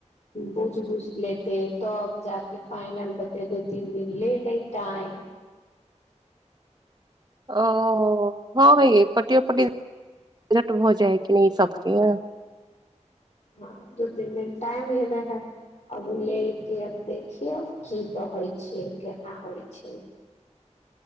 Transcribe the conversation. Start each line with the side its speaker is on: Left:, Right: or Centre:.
Left: बूझ बूझ लेतै तब जाके फाइनल होतै दू तीन दिन लेतै टाइम
Right: ओ-अ हँ यै कटियौ कटि लेट भ जाइ <unintelligible>
Left: हँ दू तीन दिन टाइम लेबै हइ आब ओ लऽ कऽ आब देखियौ की कहै छै केना होइ छै